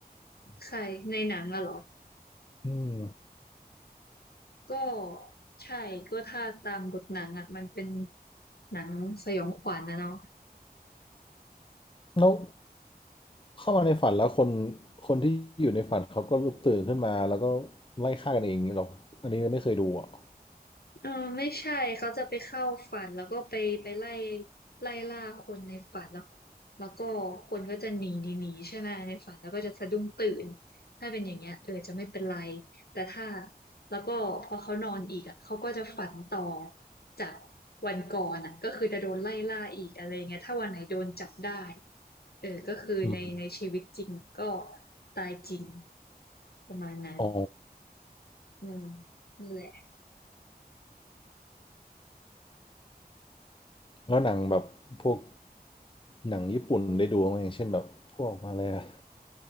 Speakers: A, on the left (about 70°); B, on the left (about 30°).
A: ใครในหนังอะเหรอ
B: อืม
A: ก็ใช่ก็ถ้าตามบทหนังอะมันเป็นหนังสยองขวัญนะเนาะ
B: แล้วเข้ามาในฝันแล้วคนคนที่อยู่ในฝันเขาก็ลุกตื่นขึ้นมาแล้วก็ไล่ฆ่ากันเองอย่างนี้หรออันนี้ไม่เคยดูอ่ะ
A: เออไม่ใช่เขาจะไปเข้าฝันแล้วก็ไปไปไล่ไล่ล่าคนในฝันแล้วแล้วก็คนก็จะหนีหนีหนีใช่ไหมในฝันแล้วก็จะสะดุ้งตื่นถ้าเป็นอย่างเงี้ยเออจะไม่เป็นไรแต่ถ้าแล้วก็พอเขานอนอีกอ่ะเขาก็จะฝันต่อจากวันก่อนอ่ะก็คือจะโดนไล่ล่าอีกอะไรเงี้ยถ้าวันไหนโดนจับได้เออก็คือในในชีวิตจริงก็
B: อืม
A: ตายจริงประมาณนั้น
B: อ๋อ
A: อืมนั่นแหละ
B: แล้วหนังแบบพวกหนังญี่ปุ่นได้ดูไหมอย่างเช่นแบบพวกอะไรอะ